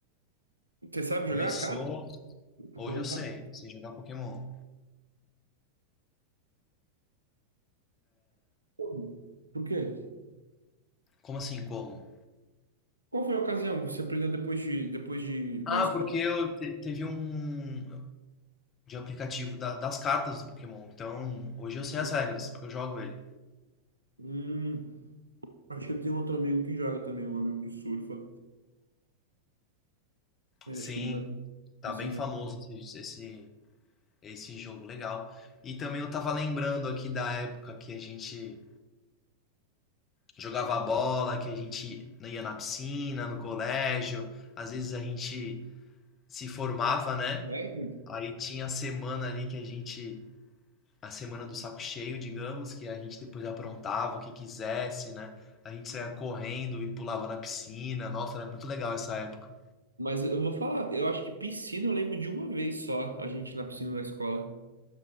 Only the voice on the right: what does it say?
Você sabe
jogar carta? Pokémon
carta?
Como? Por quê?
Qual foi a ocasião? Você aprendeu depois de depois de da
escola?
Hum,
hum, acho que eu tenho outro amigo que joga também, um amigo que surfa. Mas
acho que ele vai
esse
jogo.
É, gente.
Mas eu vou falar, eu acho que piscina eu lembro de uma vez só, a gente na piscina da escola.